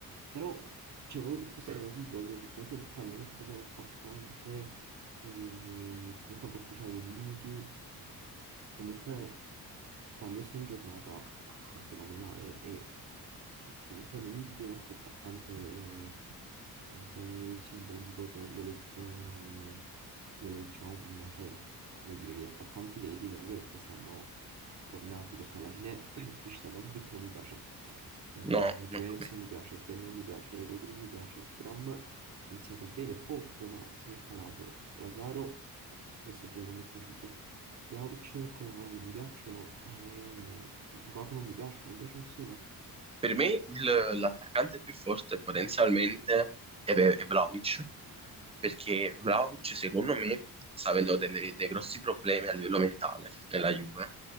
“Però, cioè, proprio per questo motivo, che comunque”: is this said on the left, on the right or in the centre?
Right